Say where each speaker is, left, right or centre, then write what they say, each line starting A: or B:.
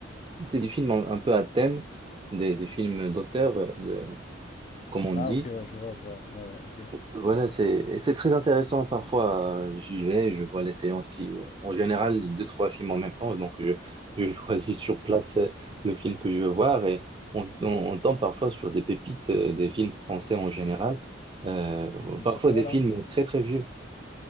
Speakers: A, on the right (about 25°); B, on the left (about 35°).
A: C'est des films un, un peu à thème, des, des films d'auteur, euh, de, comme on dit.
B: Ah, ok, ouais, je vois, je vois. Ouais, ouais, ok. Et
A: Voilà, c'est et c'est très intéressant parfois. euh, J'y vais, je vois les séances qui, en général, deux, trois films en même temps. Donc, je, je <laughs> choisis sur place euh, le film que je veux voir et on, on, on tombe parfois sur des pépites euh, des films français en général. Euh,
B: T'es tombé
A: parfois
B: sur quoi,
A: des
B: là?
A: films très, très vieux.